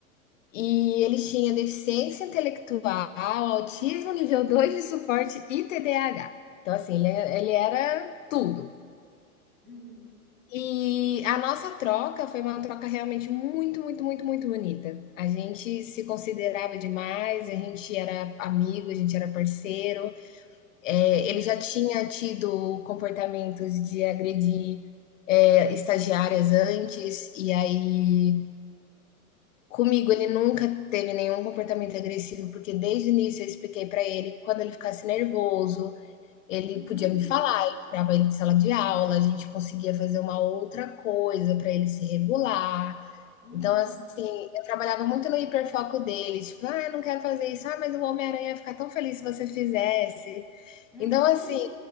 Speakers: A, on the left; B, in the centre.
A: E ele tinha deficiência intelectual, autismo nível 2 de suporte e TDAH. Então assim, ele é, ele era tudo.
B: Uhum.
A: E a nossa troca foi uma troca realmente muito, muito, muito, muito bonita. A gente se considerava demais, a gente era amigo, a gente era parceiro. É,
B: Uhum.
A: ele já tinha tido comportamentos de agredir é, estagiárias antes, e aí Comigo, ele nunca teve nenhum comportamento agressivo, porque desde o início eu expliquei para ele quando ele ficasse nervoso, ele
B: Uhum.
A: podia me falar, eu tirava ele de sala de aula, a gente conseguia fazer uma outra coisa para ele se regular.
B: Uhum.
A: Então, assim, eu trabalhava muito no hiperfoco dele, tipo, ah, eu não quero fazer isso, ah, mas o Homem-Aranha ia ficar tão feliz se você fizesse.
B: Uhum.
A: Então, assim,